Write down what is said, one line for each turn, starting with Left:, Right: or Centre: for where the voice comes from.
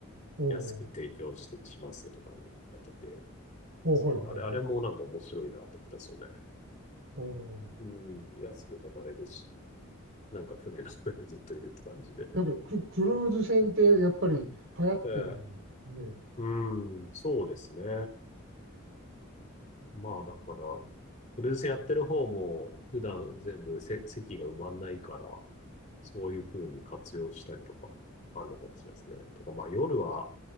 Right: おー
Left: 安く提供して、しますとかね、やってて、
Right: おーはいはいはい。
Left: そうあれ、あれもなんか面白いなと思ったんですよね。
Right: おお
Left: うん、安く泊まれるし、なんか船の上でずっといるって感じで。
Right: なんかク、クルーズ船ってやっぱり流行ってるんで、
Left: ええうん、そうですね。まあ、だから、クルーズやってる方も、普段全部せ席が埋まんないから、そういう風に活用したりとか、あるのかもしれないですね。とか、まあ、夜は